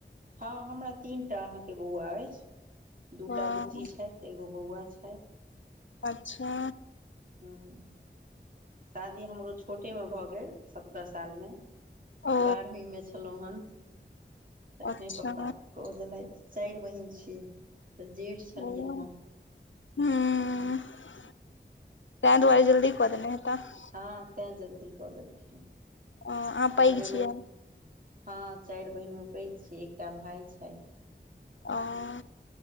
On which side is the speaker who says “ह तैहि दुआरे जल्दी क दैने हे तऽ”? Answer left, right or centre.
Left